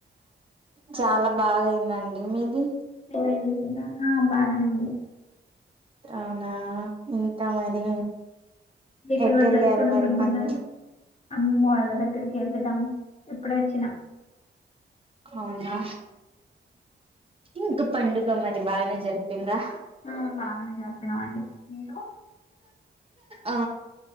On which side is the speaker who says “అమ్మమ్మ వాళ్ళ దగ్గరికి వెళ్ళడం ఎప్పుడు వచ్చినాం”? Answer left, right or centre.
Left